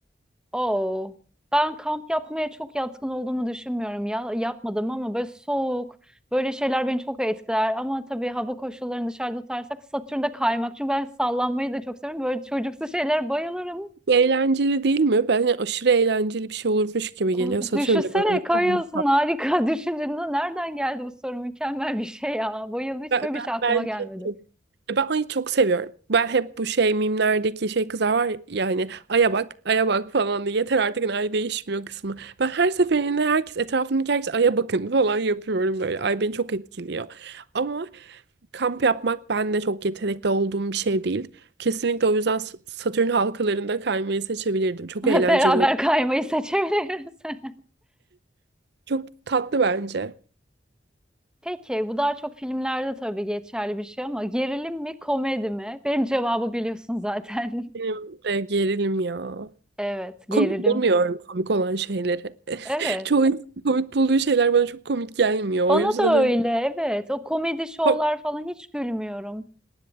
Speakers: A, in the centre; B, on the right.
A: Oo. Ben kamp yapmaya çok yatkın olduğumu düşünmüyorum ya. Yapmadım ama böyle soğuk, böyle şeyler beni çok etkiler. Ama tabii hava koşullarını dışarıda tutarsak Satürn'de kaymak. Çünkü ben sallanmayı da çok severim. Böyle çocuksu şeylere bayılırım.
B: Eğlenceli değil mi? Bence aşırı eğlenceli bir şey olurmuş gibi
A: Of,
B: geliyor Satürn'de
A: düşünsene
B: böyle
A: kayıyorsun
B: kaymak
A: harika. <laughs> Düşüncende nereden geldi bu soru? Mükemmel bir şey ya. Bayıldım. Hiç
B: Ben,
A: böyle bir
B: ben,
A: şey aklıma
B: bence
A: gelmedi.
B: de. Ya Ben ayı çok seviyorum. Ben hep bu şey mimlerdeki şey kızlar var ya, yani aya bak aya bak falan diye yeter artık hani ay değişmiyor kısmı. Ben her seferinde herkes etrafındaki herkes aya bakın falan yapıyorum böyle. Ay beni çok etkiliyor. Ama kamp yapmak ben de çok yetenekli olduğum bir şey değil. Kesinlikle o yüzden S- Satürn halkalarında kaymayı seçebilirdim.
A: <laughs>
B: Çok eğlenceli
A: Beraber
B: oldu.
A: kaymayı seçebiliriz. <laughs>
B: Çok tatlı bence.
A: Peki bu daha çok filmlerde tabii geçerli bir şey ama gerilim mi komedi mi? Benim cevabı biliyorsun zaten.
B: Benim
A: <laughs>
B: de gerilim ya.
A: Evet gerilim.
B: Komik bulmuyorum komik olan şeyleri. <laughs>
A: Evet.
B: Çoğu insan komik bulduğu şeyler bana çok komik gelmiyor.
A: Bana
B: O yüzden
A: da
B: hani
A: öyle evet. O komedi şovlar
B: ko-
A: falan hiç gülmüyorum.